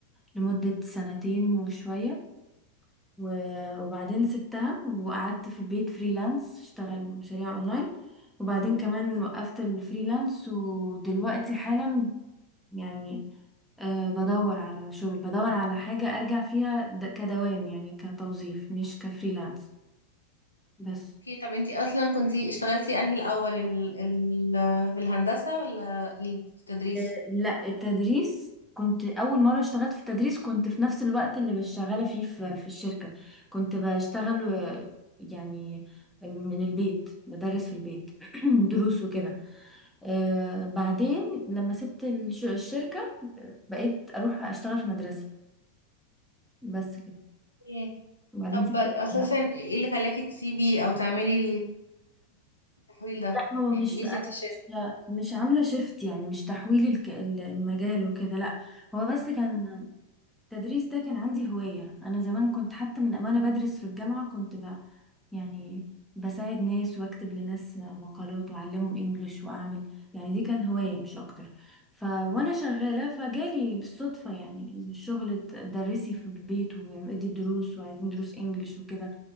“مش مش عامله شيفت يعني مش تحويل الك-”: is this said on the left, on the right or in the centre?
Centre